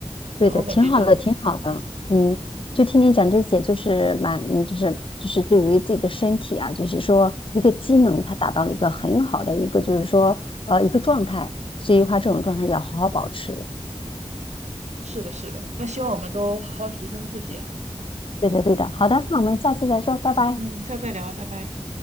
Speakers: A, on the left (about 50°); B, on the right (about 80°).
A: 对的，
B: 然后感觉就
A: 挺好的，挺好的。嗯，就听你讲这些，就是蛮，嗯就是就是对于自己的身体啊，就是说一个机能，它达到了一个很好的一个，就是说呃一个状态。所以的话，这种状态要好好保持。
B: 是的，是的。那希望我们都好好提升自己啊，
A: 对的，对的。好的，那我们下次再说，拜拜。
B: 嗯，下次再聊吧，拜拜。